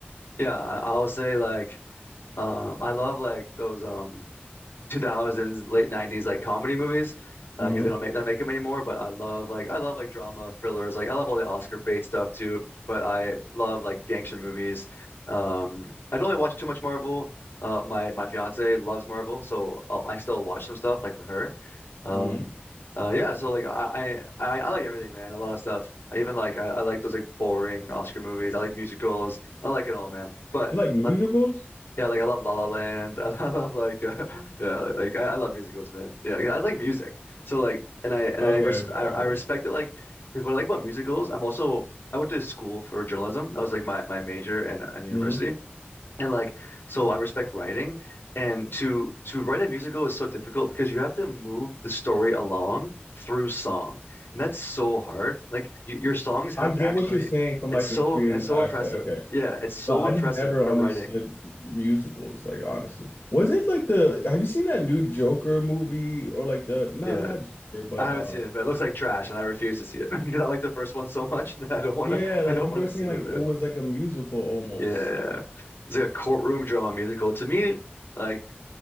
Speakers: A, on the left; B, on the left.
A: Yeah, I, I'll say like um, I love like those um, 2000s, late 90s like comedy movies uh,
B: Mm-hmm.
A: because they don't make they don't make them anymore. But I love like I love like drama, thrillers. Like I love all the Oscar bait stuff too. But I love like gangster movies. Um, I don't really watch too much Marvel. Uh, my my fiance loves Marvel, so I'll, I still watch some stuff like with her. Um,
B: Mm-hmm.
A: uh, yeah, so like I, I I I like everything, man. A lot of stuff. I even like I, I like those like boring Oscar movies. I like musicals. I like it all, man. But
B: You like musicals?
A: let's yeah, like I love La La Land. <laughs> I love like uh, yeah, like, like, I, I love musicals, man. Yeah, 'cause I like music. So like, and I and
B: Okay,
A: I res
B: okay,
A: I, I
B: okay.
A: respect it. Like, because what I like about musicals, I'm also I went to school for journalism. That was like my my major and and university,
B: hmm
A: and like so I respect writing. And to to write a musical is so difficult because you have to move the story along through song, and that's so hard. Like y your songs have
B: I get
A: to actually,
B: what you're saying from
A: it's
B: like
A: so
B: a creative
A: it's so
B: accent.
A: impressive.
B: Okay.
A: Yeah, it's so
B: But I
A: impressive
B: just never
A: for
B: understood
A: writing.
B: musicals, like honestly. Was it like the have you seen that new Joker movie or like the not
A: Yeah.
B: not Joker, but
A: I haven't
B: uh
A: seen it, but it looks like trash, and I refuse to see it <laughs> because I like the first one so much <laughs> that I don't want
B: yeah,
A: to.
B: like
A: I don't
B: people
A: want
B: were
A: to
B: saying
A: see
B: like
A: it,
B: it
A: man.
B: was like a musical almost.
A: Yeah,
B: Like
A: it's like a courtroom drama musical to me. Like,